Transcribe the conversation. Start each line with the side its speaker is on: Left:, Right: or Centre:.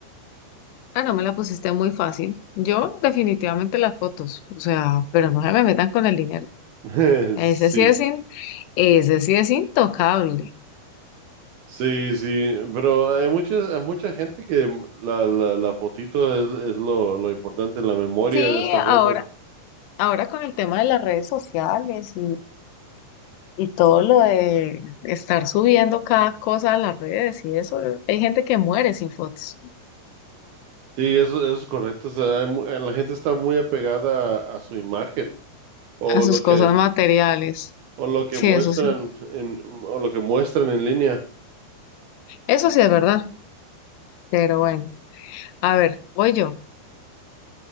Left: Ah, no me la pusiste muy fácil. Yo definitivamente las fotos, o sea, pero no se me metan con el dinero.
Right: <laughs>
Left: Ese
Right: Sí,
Left: sí es, in- ese sí es intocable.
Right: sí, sí, pero hay muchas, hay mucha gente que la, la, la fotito es, es lo, lo importante, la memoria
Left: Sí,
Right: de esta foto.
Left: ahora, ahora con el tema de las redes sociales y, y, y todo lo de estar subiendo cada cosa a las redes y eso, hay gente que muere sin fotos,
Right: Sí, eso, eso es correcto. o sea, hay mu- eh, la gente está muy apegada a, a su imagen o
Left: a sus
Right: lo que,
Left: cosas materiales.
Right: o lo que
Left: Sí,
Right: muestran
Left: eso sí.
Right: en, o lo que muestran en línea.
Left: Eso sí es verdad, pero bueno. A ver, voy yo,